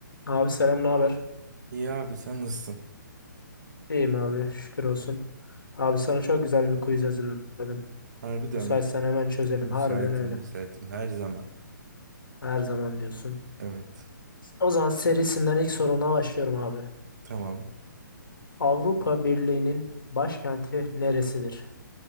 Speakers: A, on the left; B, on the right.
A: Abi selam, ne haber?
B: İyi abi sen nasılsın?
A: İyiyim abi, şükür olsun. Abi sana çok güzel bir quiz hazırladım.
B: Harbiden
A: Müsaitsen
B: mi?
A: hemen çözelim.
B: Müsaitim
A: Harbiden öyle.
B: müsaitim her zaman.
A: Her zaman diyorsun.
B: Evet.
A: O zaman serisinden ilk soruna başlıyorum abi.
B: Tamam.
A: Avrupa Birliği'nin başkenti neresidir?